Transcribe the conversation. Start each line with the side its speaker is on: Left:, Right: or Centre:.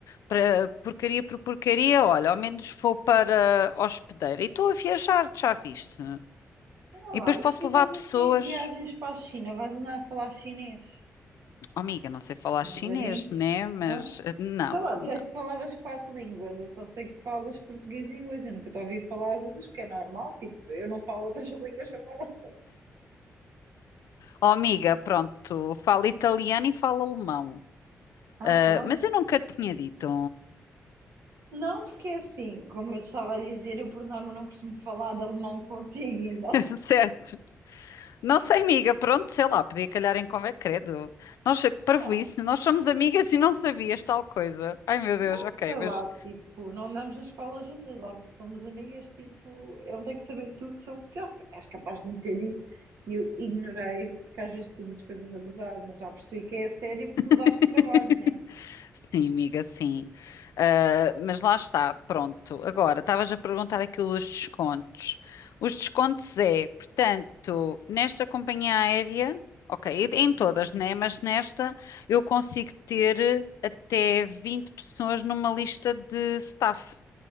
Left: para porcaria por porcaria, olha, ao menos vou para hospedeiro. E estou a viajar, já viste?
Right: Olha
Left: E
Right: lá,
Left: depois
Right: e
Left: posso
Right: se fizeres
Left: levar pessoas.
Right: assim viagens para a China, vais andar a falar chinês,
Left: Oh, amiga, não sei falar
Right: mandarim,
Left: chinês, né? Mas
Right: tá?
Left: eh, não,
Right: Sei lá, disseste
Left: não.
Right: que falavas quatro línguas, eu só sei que falas português e inglês, eu nunca te ouvi falar as outras, porque é normal, tipo, eu não falo outras <laughs> línguas para falar.
Left: Oh, amiga, pronto, fala italiano e fala alemão.
Right: Ah,
Left: Ah,
Right: pronto.
Left: mas eu nunca te tinha dito.
Right: Não, porque é assim, como eu te estava a dizer, eu por norma não costumo falar alemão contigo, então.
Left: <laughs> Certo. Não sei, amiga, pronto, sei lá, podia calhar em convém, credo. Nossa, que parvoíce,
Right: <laughs>
Left: nós somos amigas e não sabias tal coisa. Ai, meu Deus,
Right: Não,
Left: ok,
Right: sei
Left: mas.
Right: lá, tipo, não andamos na escola juntas, logo que somos amigas, tipo, eu não tenho que saber tudo sobre ti, ou se ca- és capaz de me ter dito, e eu ignorei, porque às vezes tu dizes coisas a gozar, mas já percebi que é a sério porque
Left: <laughs>
Right: mudaste de trabalho, né?
Left: Sim, amiga, sim. Ah, mas lá está, pronto. Agora, estavas a perguntar aquilo dos descontos. Os descontos é, portanto, nesta companhia aérea, ok, e- em
Right: Uhum.
Left: todas, né? Mas nesta eu consigo ter até 20 pessoas numa lista de staff,